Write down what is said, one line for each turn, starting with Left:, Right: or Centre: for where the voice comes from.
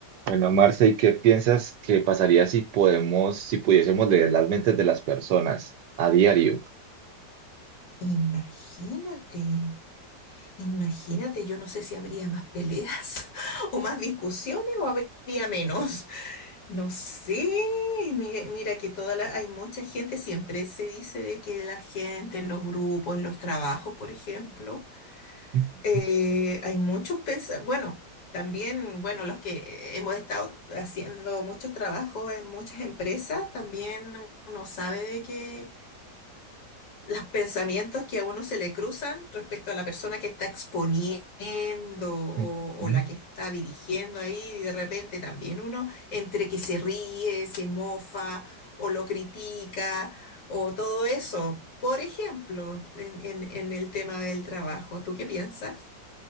Right: Bueno, Marce, ¿y qué piensas que pasaría si podemos, si pudiésemos leer las mentes de las personas a diario?
Left: Imagínate, imagínate, yo no sé si habría más peleas <laughs> o más discusiones o habría menos. No sé, mi- mira, que toda la, hay mucha gente, siempre se dice de que la gente en los grupos, en los trabajos, por ejemplo,
Right: Ujú,
Left: eh, hay muchos pensamientos, bueno, también, bueno, los que hemos estado haciendo muchos trabajos en muchas empresas, también uno sabe de que los pensamientos que a uno se le cruzan respecto a la persona que está exponiendo o,
Right: ujú.
Left: o la que está dirigiendo ahí, y de repente también uno entre que se ríe, se mofa o lo critica o todo eso. Por ejemplo, en, en- en el tema del trabajo, ¿tú qué piensas?